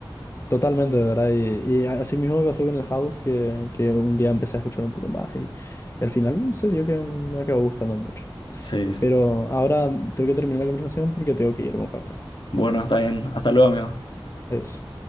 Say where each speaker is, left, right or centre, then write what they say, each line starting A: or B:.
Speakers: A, on the left; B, on the left.
A: Totalmente, de verdad. Y, y así mismo me pasó con el house, que, que un día empecé a escuchar un poco más y, y al final se dio que me acabó gustando mucho.
B: Sí, sí.
A: Pero ahora tengo que terminar la conversación porque tengo que irme un rato.
B: Bueno, está bien. Hasta luego, amigo.
A: Adiós.